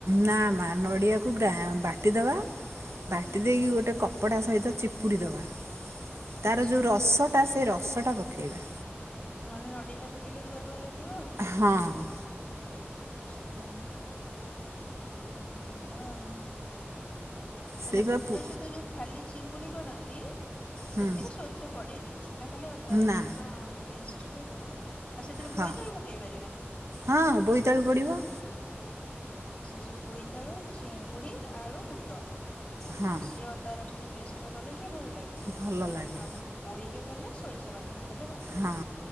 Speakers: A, on the right; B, on the left.
A: ନା ମା ନଡ଼ିଆକୁ ବାଟିଦବା ବାଟି
B: ହୁଁ
A: ଦେଇକି ଗୋଟେ କପଡ଼ା କପଡ଼ା ସହିତ ଚିପୁଡ଼ି ଦେବା ତାର
B: ଆଚ୍ଛା
A: ଯେଉଁ
B: ହଁ
A: ରସଟା ସେ ରସଟା ପକେଇବା।
B: ନହେଲେ ନଡ଼ିଆ ଟା ପକେଇଲେ ରୁଆ ରୁଆ ଲାଗିବ ଆଉ ଆଛା
A: ହଁ
B: ହଁ। ଭଲ ଆଉ ମାନେ
A: ସେଇ ବା
B: ବୁଟ
A: ପୁ
B: ସହିତ ଯୋଉ ଖାଲି ଚିଙ୍ଗୁଡ଼ି କରନ୍ତି ସେଥିରେ
A: ହୁଁ
B: ସୋରିଷ ପଡ଼େ ନି। ସେଟା ଖାଲି ଅଦା ରସୁଣ
A: ନା
B: ପେଷ୍ଟ ରେ ହୁଏ ଆଉ ସେଥିରେ
A: ହଁ
B: ବୋଇତାଳୁ କୁ ପକେଇ ପାରିବା ନା?
A: ହଁ ବୋଇତାଳୁ ପଡ଼ିବ।
B: ସେ ଯୋଉ ବୋଇତାଳୁ ଚିଙ୍ଗୁଡ଼ି ଆଳୁ ବୁଟ
A: ହଁ
B: ସିଏ ଅଦା ରସୁଣ ପେଷ୍ଟରେ କଲେ ଟିକେ ଭଲ ଲାଗିବ।
A: ଭଲ ଲାଗେ
B: ଆଉ ପୋଇରେ କଲେ ସୋରିଷ ବାଟଣ ଦେଲେ ଭଲ ଲାଗିବ
A: ହଁ